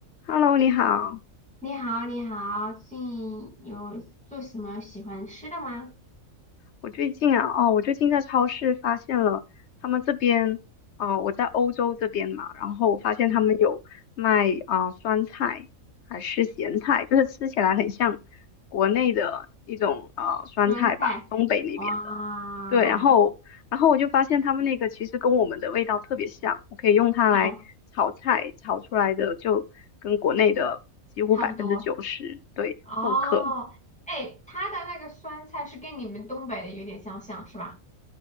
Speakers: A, on the left; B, in the centre.
A: Hello，你好。
B: 你好，你好，最近有做什么喜欢吃的吗？
A: 我最近啊，哦，我最近在超市发现了他们这边，啊、我在欧洲这边嘛，然后我发现他们有卖啊、
B: 嗯，
A: 酸菜还是咸菜，就是吃起来很像国内的一种呃酸菜吧，
B: 酸菜，
A: 东北那边的。
B: 哇，
A: 对，然后然后我就发现他们那个其实跟我们的味道特别像，我可以用它来炒菜，
B: 哦，
A: 炒出来的就跟国内的几乎百分之九十对复刻。
B: 差不多，哦，哎，它的那个酸菜是跟你们东北的有点相像，是吧？